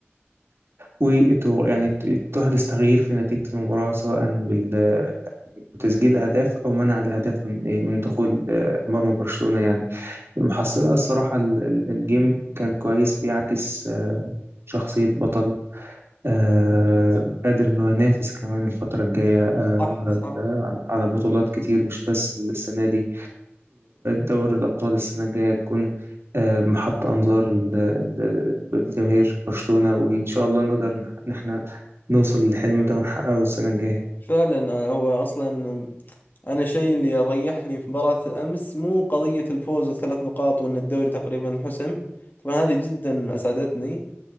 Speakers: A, on the right; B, on the left.
A: ويعني تحدث تغيير في نتيجة المباراة سواء بال وتسجيل أهداف أو منع الأهداف من إيه، من دخول آه، مرمى برشلونة يعني المحصلة الصراحة ال- ال- الجيم كان كويس بيعكس آه، شخصية بطل آه، قادر إن هو ينافس كمان الفترة الجاية آه،
B: صح
A: على
B: صح
A: ال- آه، على بطولات كتير مش بس السنة دي دوري الأبطال السنة الجاية تكون آه، محط أنظار ال- ال- الجماهير برشلونة وإن شاء الله نقدر نح- إن إحنا نوصل للحلم ده ونحققه السنة الجاية
B: فعلا هو أصلا أنا شيء اللي ريحني في مباراة أمس مو قضية الفوز والثلاث نقاط وإن الدوري تقريبا انحسم طبعا هذه جدا أسعدتني